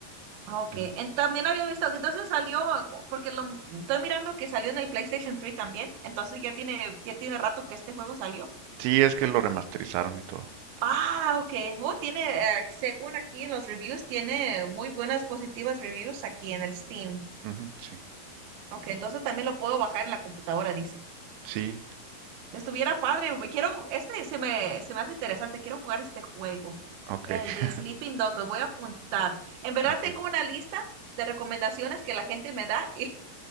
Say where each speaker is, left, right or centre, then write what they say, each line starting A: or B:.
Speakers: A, on the right; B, on the right.
A: Ok,
B: Ujú.
A: en- también había visto que entonces salió, algo- porque lo estoy mirando que salió en el PlayStation 3 también, entonces ya tiene, ya tiene rato que este juego salió.
B: Sí, es que lo remasterizaron y todo.
A: Ah, ok, oh, tiene, eh, según aquí en los reviews, tiene muy buenas positivas reviews aquí en el Steam.
B: Ujú, sí,
A: Ok, entonces también lo puedo bajar en la computadora, dice.
B: sí,
A: Estuviera padre. güey. Quiero, este se me, se me hace interesante. Quiero jugar este juego,
B: ok,
A: el
B: <laughs>
A: de Sleeping Dogs. Lo voy a apuntar. En verdad
B: ok.
A: tengo una lista de recomendaciones que la gente me da <laughs> y,